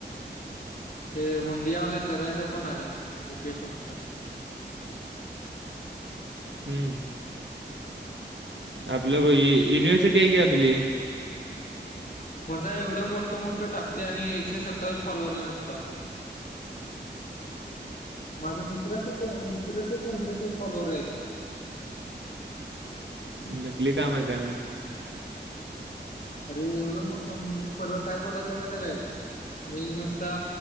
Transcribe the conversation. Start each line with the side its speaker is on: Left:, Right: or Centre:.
Left: हे हुंडिया वाल्या सराच पण आलं कि, मुकेश हुंडिया.
Right: हम्म आप लो हे युनिवर्सिटी आहे की आपली.
Left: मर्दा एवढं मोठं मोठं टाकते आणि एकशे सत्तावीस फॉलोवर आहे नुसता. माझ मित्राच प मित्राचे पंधराश फॉलोवर आहेत. हो
Right: नकली काम आहे का म?
Left: अरे एवढं मोठ म्हणजे परवा काय बोलालता माहिती आहे काय मी नुसता